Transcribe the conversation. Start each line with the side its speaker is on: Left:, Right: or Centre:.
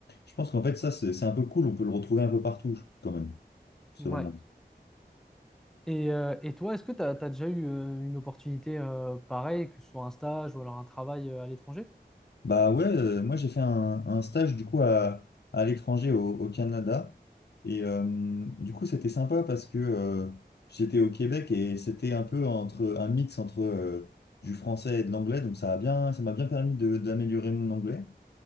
Left: je pense qu'en fait, ça, c'est c'est un peu cool, on peut le retrouver un peu partout, quand même, selon
Centre: Ouais.
Left: moi.
Centre: Et, euh, et toi, est-ce que tu as, déjà eu euh, une opportunité euh, pareille, que ce soit un stage ou alors un travail euh, à l'étranger?
Left: Bah ouais, euh, moi j'ai fait un, un stage du coup à, à l'étranger au, au Canada. Et euh, du coup c'était sympa parce que euh, j'étais au Québec et c'était un peu entre un mix entre euh, du français et de l'anglais. Donc ça a bien, ça m'a bien permis de, d'améliorer mon anglais.